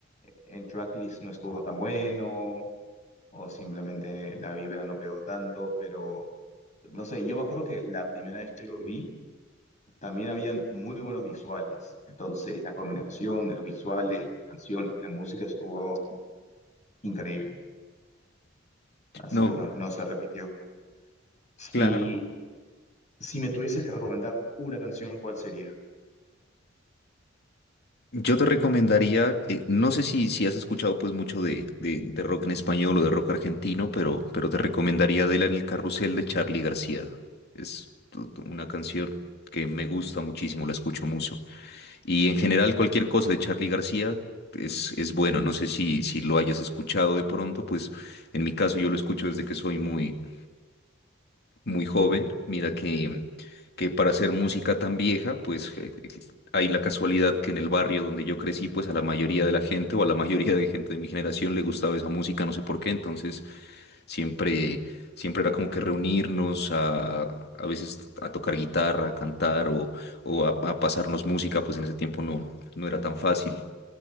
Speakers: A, on the left; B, on the left.
A: el tracklist no estuvo tan bueno o simplemente la vibra no pegó tanto, pero no sé, yo me acuerdo que la primera vez que lo vi también habían muy buenos visuales. Entonces la combinación de los visuales, las canciones, la música estuvo increíble. Así
B: No,
A: que bueno, no se repitió. Si,
B: claro.
A: si me tuvieses que recomendar una canción, ¿cuál sería?
B: Yo te recomendaría, eh, no sé si, si has escuchado pues mucho de, de- de rock en español o de rock argentino, pero, pero te recomendaría Adela en el Carrusel de Charly García. Es tu- tu- una canción que me gusta muchísimo, la escucho mucho. Y en general cualquier cosa de Charly García es, es bueno. No sé si, si lo hayas escuchado de pronto, pues en mi caso yo lo escucho desde que soy muy, muy joven. Mira que, que para hacer música tan vieja, pues eh, eh, hay la casualidad que en el barrio donde yo crecí, pues a la mayoría de la gente o a la mayoría de gente de mi generación le gustaba esa música, no sé por qué. Entonces siempre, siempre era como que reunirnos a, a veces a tocar guitarra, a cantar o, o a, a pasarnos música, pues en ese tiempo no, no era tan fácil